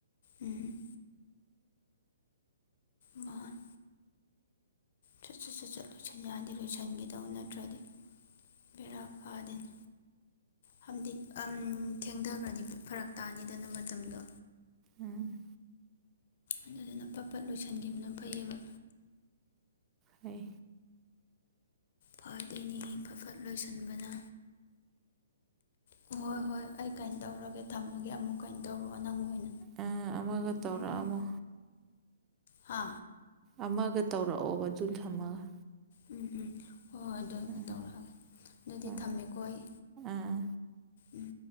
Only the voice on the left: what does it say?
ꯎꯝ ꯃꯥꯅꯦ ꯁꯠ ꯁꯠ ꯁꯠ ꯁꯠ ꯂꯣꯏꯁꯟ ꯌꯥꯗꯤ ꯂꯣꯏꯁꯟꯈꯤꯗꯧꯅꯦ ꯅꯠꯇ꯭ꯔꯗꯤ ꯕꯦꯔꯥ ꯀꯥꯗꯦꯅ ꯍꯥꯏꯕꯗꯤ ꯑꯝ ꯊꯦꯡꯊꯈꯒꯔꯗꯤ ꯐꯔꯛ ꯇꯥꯅꯤꯗꯅ ꯃꯇꯝꯗꯣ
ꯑꯗꯨꯗꯨꯅ ꯄꯠ ꯄꯠ ꯂꯣꯏꯁꯤꯟꯒꯤꯕꯅ ꯐꯩꯌꯦꯕ
ꯐꯗꯣꯢꯅꯦ ꯐꯠ ꯐꯠ ꯂꯣꯏꯁꯤꯟꯕꯅ ꯍꯣꯏ ꯍꯣꯏ ꯑꯩ ꯀꯩꯅꯣ ꯇꯧꯔꯒꯦ ꯊꯝꯃꯒꯦ ꯑꯃꯨꯛ ꯀꯩꯅ ꯇꯧꯔꯛꯑꯣ ꯅꯪ ꯑꯣꯏꯅ
ꯎꯝ ꯎꯝ
ꯍꯥ
ꯎꯝ ꯎꯝ ꯍꯣꯏ ꯍꯣꯏ ꯑꯗꯨ
ꯇꯧꯔꯛꯑꯒꯦ ꯑꯗꯨꯗꯤ
ꯊꯝꯃꯦꯀꯣ ꯑꯩ
ꯎꯝ